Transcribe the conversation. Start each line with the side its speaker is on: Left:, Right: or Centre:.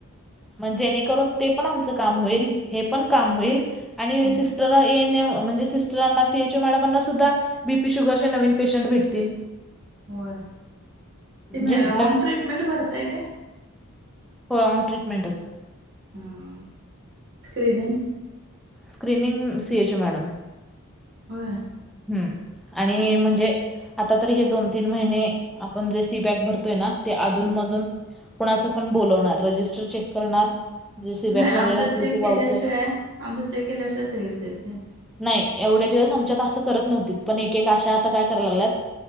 Centre: मग जेणेकरून ते पण आमचं काम होईल हे पण काम होईल आणि
Right: हम्म
Centre: सिस्टर ए म्हणजे सिस्टरांना सी एच ओ मॅडमांना सुद्धा बीपी शुगरचे नवीन पेशंट भेटतील.
Right: होय
Centre: म्हणजे
Right: ते मे
Centre: न
Right: ऑन ट्रीटमेंट भरताय का?
Centre: होय ऑन ट्रीटमेंच.
Right: हम्म screening
Centre: screening C H O madam
Right: होय.
Centre: हम्म
Right: हम्म
Centre: आणि म्हणजे आता तर हे दोन तीन महिने आपण जे सी बॅक भरतोय ना ते अधून
Right: हम्म
Centre: मधून कुणाचं पण बोलावणार रजिस्टर चेक करणार जे सी बॅग
Right: नाही
Centre: भरलेला
Right: आमचा
Centre: असेल
Right: चेक
Centre: ते वाउचर
Right: केल्याशिवाय आमच चेक केल्याशिवाय सहीच देत नाही.
Centre: नाही एवढे दिवस आमच्यात असं करत नव्हती पण एक एक अशा आता काय कराय लागल्यात